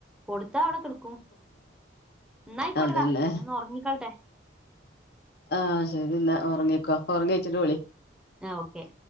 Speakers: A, in the centre; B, on the left.
A: കൊടുത്താ ഔടെ കേട് എന്ന ആയിക്കോട്ടെടാ
B: അതന്നെ
A: ഞാൻന്ന് ഉറങ്ങിക്കോട്ടെ
B: ആഹ് ശരിന്നാ ഒറങ്ങിക്കോ അപ്പ ഒറങ്ങി എണീച്ചിട്ട് വിളി
A: ആഹ് ഓക്കെ